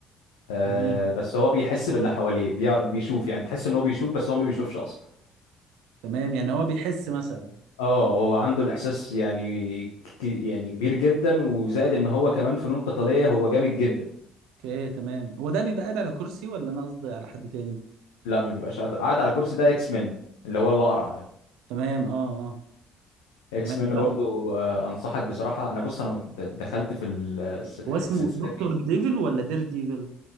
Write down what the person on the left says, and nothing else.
آه،
بس هو بيحس باللي حواليه بيعرف بيشوف يعني تحس ان هو بيشوف بس هو ما بيشوفش اصلا
اه هو عنده الاحساس يعني ك- يعني كبير جدا وزائد ان هو كمان فنون قتاليه هو جامد جدا
لا ما بيبقاش قاعد قاعد على كرسي ده اكس مين اللي هو الاقرع ده
اكس
مين
برضو آه، انصحك بصراحه انا بص انا مت- دخلت في السلسله